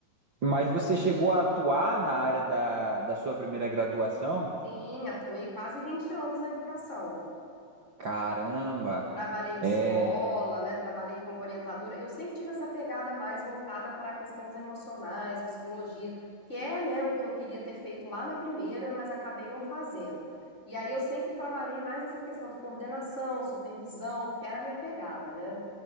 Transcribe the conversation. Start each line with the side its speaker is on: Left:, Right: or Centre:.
Right: mas você chegou a atuar na área da, da sua primeira graduação?
Left: Sim, atuei quase 20 anos na educação.
Right: Caramba,
Left: Trabalhei em escola,
Right: é.
Left: né? Trabalhei como orientadora. Eu sempre tive essa pegada mais voltada para questões emocionais, psicologia, que é, né, o que eu queria ter feito lá na primeira, mas acabei não fazendo. E aí eu sempre trabalhei mais essa questão de coordenação, supervisão, porque era a minha pegada, né?